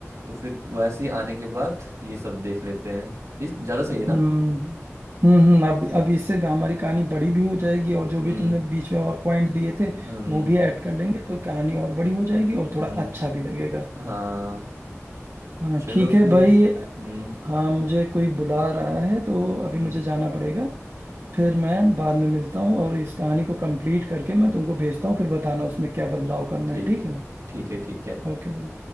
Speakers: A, on the right; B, on the right.
A: तो फिर वैसे ही आने के बाद ये सब देख लेते हैं ये ज़्यादा सही है ना
B: हम्म हम्म हम्म, अब अब इससे हमारी कहानी बड़ी भी हो जाएगी और जो
A: हम्म
B: भी तुमने बीच में और पॉइंट दिए थे
A: हम्म
B: वो भी ऐड कर लेंगे तो कहानी और बड़ी हो जाएगी और
A: हम्म,
B: थोड़ा अच्छा भी लगेगा
A: हाँ
B: हाँ
A: चलो
B: ठीक है
A: फिर
B: भाई
A: हम्म
B: हाँ मुझे कोई बुला रहा है तो अभी
A: हम्म
B: मुझे जाना पड़ेगा फिर मैं बाद में मिलता हूँ और इस कहानी को कंप्लीट करके मैं तुमको भेजता हूँ फिर बताना उसमें क्या बदलाव करना
A: ठीक
B: है ठीक
A: है
B: है
A: ठीक है ठीक है
B: ओके भाई